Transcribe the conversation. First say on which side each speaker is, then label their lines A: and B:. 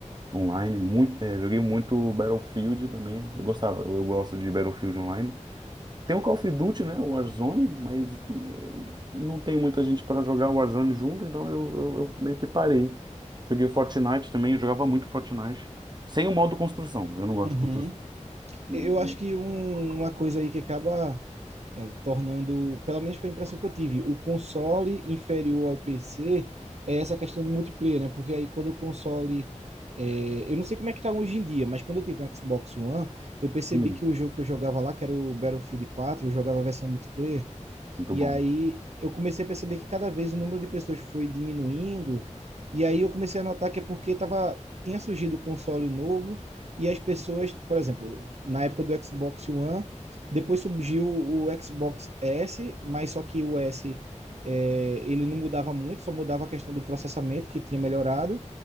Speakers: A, on the right; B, on the right.
A: online. Muito, eh, joguei muito Battlefield também. Eu gostava, eu, eu gosto de Battlefield online. Tem o Call of Duty, né? O Warzone, mas eh, não tem muita gente para jogar o Warzone junto, então eu, eu, eu meio que parei. Joguei Fortnite também, eu jogava muito Fortnite. Sem o modo construção, eu não gosto
B: Uhum.
A: de construção. Hum,
B: Eu acho que um- uma coisa aí que acaba é, tornando, pelo menos foi a impressão que eu tive, o console inferior ao PC é essa questão do multiplayer, né? Porque aí quando o console. é, eu não sei como é que tá hoje em dia, mas quando eu tive um Xbox One, eu percebi
A: hum,
B: que o jogo que eu jogava lá, que era o Battlefield 4, eu jogava a versão multiplayer,
A: muito
B: E
A: bom.
B: aí eu comecei a perceber que cada vez o número de pessoas foi diminuindo, e aí eu comecei a notar que é porque tava, tinha surgido o console novo, e as pessoas, por exemplo, na época do Xbox One, depois surgiu o Xbox S, mas só que o S, é, ele não mudava muito, só mudava a questão do processamento, que tinha melhorado,